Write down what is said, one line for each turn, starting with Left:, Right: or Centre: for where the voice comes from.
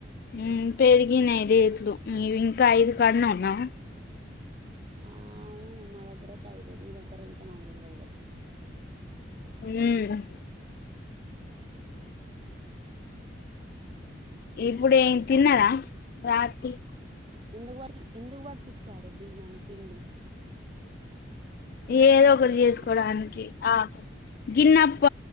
Left: మ్ పెరిగినయి రేట్లు నీవి ఇంకా ఐదు కాడనె ఉన్నావ?
Right: ఆ అవును మా దగ్గర అయితే అయిదే మీ దగ్గర ఎంతో నాకు తెలివదుగా
Left: హ ఇప్పుడు ఏం తిన్నారా రాత్రి
Right: ఎందుకువాయి ఎందుకు పట్టిచ్చారు బియ్యం పిండి? వినిపించట్లేదా
Left: ఏదో ఒకటి చేసుకోడానికి ఆ గిన్నప్ప